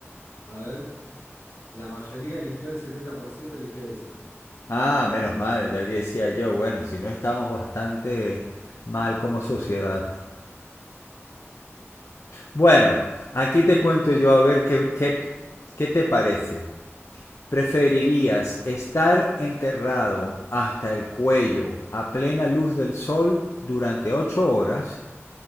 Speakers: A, on the left; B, on the left.
A: A ver, la mayoría eligió, el 70% eligió esa.
B: Ah, menos mal, ya decía yo. Bueno, si no estamos bastante mal como sociedad. Bueno, aquí te cuento yo a ver qué, qué, qué te parece. ¿Preferirías estar enterrado hasta el cuello a plena luz del sol durante ocho horas